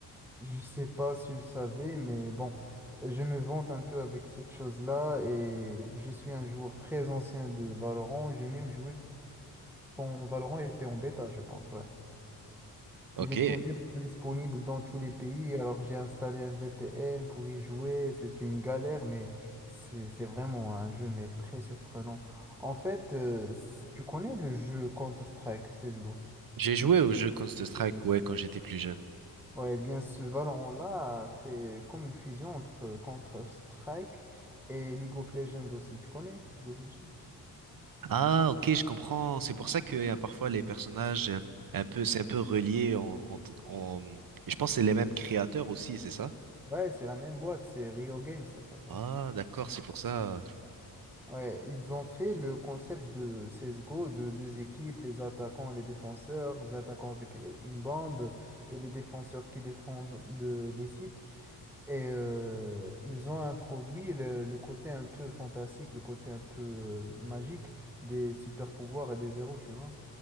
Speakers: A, in the centre; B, on the right.
A: je sais pas si tu le savais, mais bon, je me vante un peu avec cette chose-là, et je suis un joueur très ancien de Valorant. J'ai même joué quand Valorant était en bêta, je pense, ouais.
B: Ok.
A: Il était même pas disponible dans tous les pays, alors j'ai installé un VPN pour y jouer. C'est une galère, mais c'est c'est vraiment un jeu mais très surprenant. En fait, euh, s- tu connais le jeu Counter-Strike CSGO?
B: J'ai joué au jeu Counter-Strike, ouais, quand j'étais plus jeune.
A: Ouais, eh bien ce Valorant-là a fait comme une fusion entre euh, Counter-Strike et League of Legends aussi. Tu connais League of Legends?
B: Ah, ok, je comprends. C'est pour ça qu'il y a parfois les personnages euh, un peu, c'est un peu relié en, en, en- et je pense que c'est les mêmes créateurs aussi, c'est ça?
A: Ouais, c'est la même boîte, c'est Rio Games, ça s'appelle.
B: Ah, d'accord, c'est pour ça.
A: Ouais, ils ont fait le concept de CSGO, de deux équipes, les attaquants et les défenseurs, les attaquants avec euh, une bombe et les défenseurs qui défendent de- les sites. Et euh, ils ont introduit le, le côté un peu fantastique, le côté un peu euh, magique des super pouvoirs et des héros, tu vois.